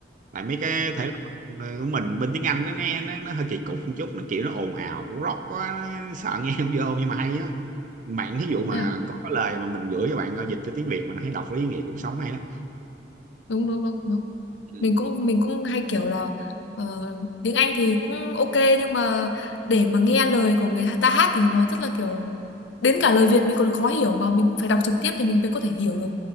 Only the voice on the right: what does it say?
tại mấy cái thể loại ờ, của mình bên tiếng Anh nó nghe nó, nó hơi kỳ cục một chút nó kiểu nó ồn ào cũng rock quá nó, sợ nghe không vô nhưng mà hay á bạn thí dụ mà
có cái lời mà mình gửi cho bạn coi dịch cho tiếng Việt mà thấy đọc lấy ý nghĩa cuộc sống hay lắm
<clears throat>
ừ
ừ